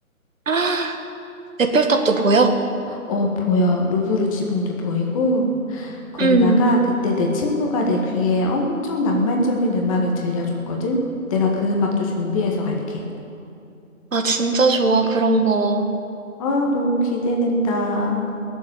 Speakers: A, on the right; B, on the left.
A: <gasps> 아, 에펠탑도 보여?
B: 어, 보여. 루브르 지붕도 보이고, 거기다가
A: 음.
B: 그때 내 친구가 내 귀에 엄청 낭만적인 음악을 들려줬거든. 내가 그 음악도 준비해서 갈게.
A: 아, 진짜 좋아, 그런 거.
B: 아, 너무 기대된다.